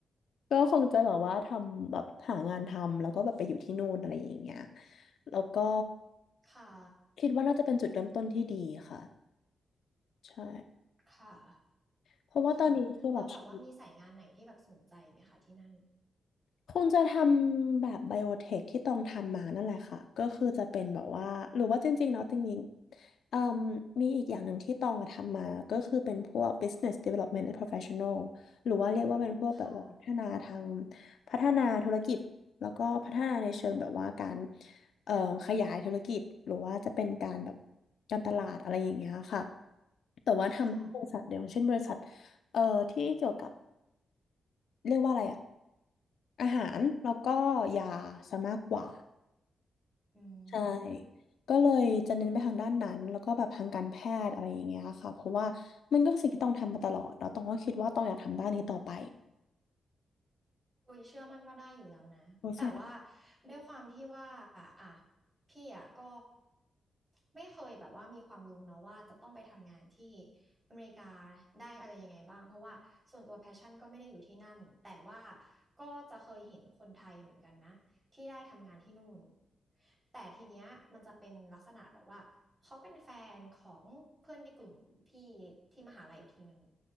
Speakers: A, on the left (about 80°); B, on the right (about 25°).
A: ก็คงจะแบบว่าทำแบบหางานทำแล้วก็แบบไปอยู่ที่นู่นอะไรอย่างเงี้ยแล้วก็
B: ค่ะ
A: คิดว่าน่าจะเป็นจุดเริ่มต้นที่ดีค่ะใช่
B: ค่ะ
A: เพราะว่าตอนนี้คือแบบชี
B: ค่ะ เราแบบว่ามีสายงานไหนที่แบบสนใจไหมคะที่นั่น
A: คงจะทำแบบไบโอเทคที่ต้องทำมานั่นแหละค่ะก็คือจะเป็นแบบว่าหรือว่าจริงๆเนาะจริงๆเอ่มมีอีกอย่างหนึ่งที่ตองอะทำมาก็คือเป็นพวก business development and professional หรือว่าเรียกว่าเป็นพวกแบบว่าพัฒนาทาง
B: ค่ะ
A: พัฒนาธุรกิจแล้วก็พัฒนาในเชิงแบบว่าการเอ่อขยายธุรกิจหรือว่าจะเป็นการแบบการตลาดอะไรอย่างเงี้ยค่ะแต่ว่าทำบริษัทเดียวเช่นบริษัท
B: ค่ะ
A: เอ่อที่เกี่ยวกับเรียกว่าอะไรอะ อาหารแล้วก็ยาซะมากกว่า
B: อื
A: ใช่
B: ม
A: ก็เลยจะเน้นไปทางด้านนั้นแล้วก็แบบทางการแพทย์อะไรอย่างเงี้ยค่ะเพราะว่ามันก็คือสิ่งที่ต้องทำมาตลอดแล้วต้องก็คิดว่าต้องอยากทำด้านนี้ต่อไป
B: อุ้ยเชื่อมั่นว่าได้อยู่แล้วนะแต่ว่า
A: บริษัท
B: ด้วยความที่ว่าอ่ะพี่อ่ะก็ไม่เคยแบบว่ามีความรู้เนาะว่าจะต้องไปทำงานที่อเมริกาได้อะไรยังไงบ้างเพราะว่าส่วนตัวแพชชั่นก็ไม่ได้อยู่ที่นั่นแต่ว่าก็จะเคยเห็นคนไทยเหมือนกันนะที่ได้ทำงานที่นู่นแต่ทีเนี้ยมันจะเป็นลักษณะแบบว่าเขาเป็นแฟนของเพื่อนในกลุ่มพี่ที่มหาลัยอีกทีนึง